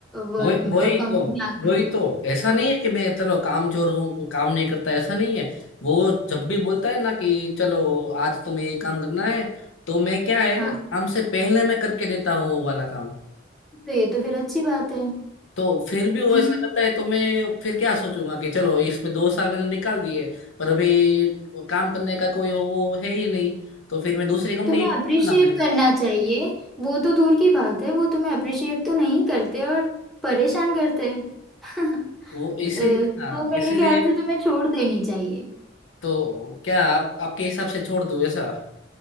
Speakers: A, in the centre; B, on the left.
A: वर्क
B: वो
A: में
B: वही
A: और कंपनी
B: तो
A: आगे
B: वही
A: बढ़ती है
B: तो ऐसा नहीं है कि मैं चलो काम चोर हूँ काम नहीं करता ऐसा नहीं है वो जब भी बोलता है ना कि चलो आज तुम्हें ये काम करना है तो मैं क्या है
A: हाँ
B: काम से पहले मैं करके देता हूँ वो वाला काम
A: तो ये तो फिर अच्छी बात है
B: तो फिर भी वो
A: उम्म,
B: ऐसा करता है तो मैं फिर क्या सोचूंगा कि चलो इसमें दो साल मैंने निकाल दिए पर अभी काम करने का कोई वो है ही नहीं तो फिर मैं दूसरी कंपनी
A: तुम्हें
B: ढूंढूंगा
A: अप्रिशिएट
B: ना मैं
A: करना चाहिए वो तो दूर की बात है वो तुम्हें अप्रिशिएट तो नहीं करते और परेशान करते हैं <laughs>
B: वो इसीलिए
A: अ, तो
B: हाँ
A: मेरे
B: इसीलिए
A: ख्याल से तुम्हें छोड़ देनी चाहिए
B: तो क्या आप आपके हिसाब से छोड़ दूं ऐसा